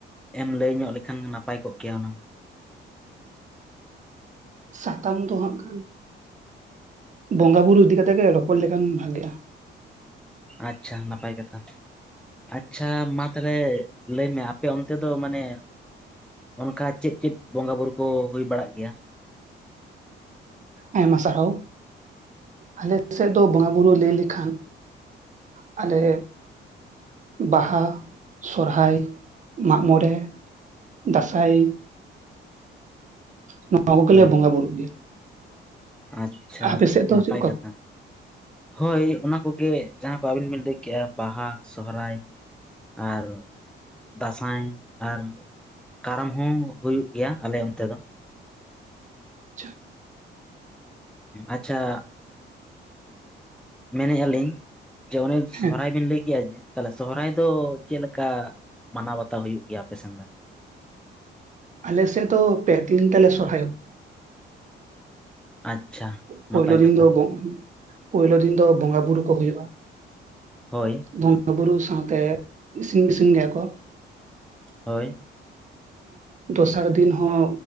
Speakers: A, in the centre; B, on the right (about 40°).
A: ᱮᱢ ᱞᱟᱹᱭ ᱧᱚᱜ ᱞᱮ ᱠᱷᱟᱱ ᱱᱟᱯᱟᱭ ᱠᱚᱜ ᱠᱮᱭᱟ ᱦᱩᱱᱟᱹᱝ
B: ᱥᱟᱛᱟᱢ ᱫᱚ ᱦᱟᱸᱜ ᱠᱷᱟᱱ ᱵᱚᱸᱜᱟ ᱵᱩᱨᱩ ᱤᱫᱤ ᱠᱟᱛᱮᱜ ᱜᱮ ᱨᱚᱯᱚᱲ ᱞᱮ ᱠᱷᱟᱱ ᱵᱷᱟᱜᱮᱜ-ᱟ᱾
A: ᱟᱪᱪᱷᱟ, ᱱᱟᱯᱟᱭ ᱠᱟᱛᱷᱟ᱾ ᱟᱪᱪᱷᱟ ᱢᱟ ᱛᱟᱸᱞᱮ ᱞᱟᱹᱭ ᱢᱮ ᱟᱯᱮ ᱚᱱᱛᱮ ᱫᱚ ᱢᱟᱱᱮ, ᱚᱱᱠᱟ ᱪᱮᱫ ᱪᱮᱫ ᱵᱚᱸᱜᱟ ᱵᱩᱨᱩ ᱠᱚ ᱦᱩᱭ ᱵᱟᱲᱟᱜ ᱜᱮᱭᱟ᱾
B: ᱟᱭᱢᱟ ᱥᱟᱨ ᱦᱟᱣ ᱟᱞᱮ ᱥᱮᱫ ᱫᱚ ᱵᱚᱸᱜᱟ ᱵᱩᱨᱩ ᱞᱟᱹᱭ ᱞᱮ ᱠᱷᱟᱱ ᱟᱞᱮ ᱵᱟᱦᱟ, ᱥᱚᱨᱦᱟᱭ, ᱢᱟᱜ ᱢᱚᱸᱬᱮ, ᱫᱟᱸᱥᱟᱭ ᱱᱚᱣᱟ ᱠᱚᱜᱮ
A: ᱦᱳᱭ
B: ᱞᱮ ᱵᱚᱸᱜᱟ ᱵᱩᱨᱩᱜ ᱜᱮᱭᱟ᱾
A: ᱟᱪᱪᱷᱟ
B: ᱟᱯᱮ ᱥᱮᱫ ᱫᱚ
A: ᱱᱟᱯᱟᱭ
B: ᱪᱮᱫ ᱞᱮᱠᱟ
A: ᱠᱟᱛᱷᱟ᱾
B: ᱠᱚ
A: ᱦᱳᱭ ᱚᱱᱟ ᱠᱚ ᱜᱮ ᱡᱟᱸᱦᱟ ᱠᱚ ᱟᱹᱵᱤᱱ ᱵᱤᱱ ᱞᱟᱹᱭ ᱠᱮᱜ-ᱟ ᱵᱟᱦᱟ ᱥᱚᱦᱨᱟᱭ ᱟᱨ ᱫᱟᱸᱥᱟᱭ ᱟᱨ ᱠᱟᱨᱟᱢ ᱦᱚᱸ ᱦᱩᱭᱩᱜ ᱜᱮᱭᱟ ᱟᱞᱮ ᱚᱱᱛᱮ ᱫᱚ
B: ᱟᱪᱪᱷᱟ
A: ᱟᱪᱪᱷᱟ ᱢᱮᱱ ᱮᱜᱟ ᱟᱞᱤᱧ ᱡᱮ ᱚᱱᱮ
B: ᱦᱮᱸ
A: ᱥᱚᱨ ᱦᱟᱭ ᱵᱤᱱ ᱞᱟᱹᱭ ᱠᱮᱜ-ᱟ ᱡᱮ ᱛᱟᱸᱦᱞᱮ ᱥᱚᱦᱚ ᱨᱟᱭ ᱫᱚ ᱪᱮᱫ ᱞᱮᱠᱟ ᱢᱟᱱᱟᱣ ᱵᱟᱛᱟᱣ ᱦᱩᱭᱩᱜ ᱜᱮᱭᱟ ᱟᱯᱮ ᱥᱮᱱ ᱫᱚ,
B: ᱟᱞᱮ ᱥᱮᱫ ᱫᱚ ᱯᱮ ᱫᱤᱱ ᱛᱮ ᱞᱮ ᱥᱚᱨᱦᱟ ᱭᱚᱜ
A: <inaudible>
B: ᱯᱳᱭᱞᱳ
A: ᱱᱟᱯᱟᱭ
B: ᱫᱤᱱ
A: ᱠᱟᱛᱷᱟ
B: ᱫᱚ ᱵᱚᱝ ᱯᱳᱭᱞᱳ ᱫᱤᱱ ᱫᱚ ᱵᱚᱸᱜᱟ ᱵᱩᱨᱩ ᱠᱚ ᱦᱳᱭᱳᱜ-ᱟ
A: ᱦᱳᱭ
B: ᱵᱚᱸᱜᱟ ᱵᱩᱨᱩ ᱥᱟᱶᱛᱮ ᱤᱥᱤᱱ ᱜᱤᱥᱤᱝ ᱜᱮᱭᱟ ᱠᱚ
A: ᱦᱳᱭ
B: ᱫᱚᱥᱟᱨ ᱫᱤᱱ ᱦᱚᱸ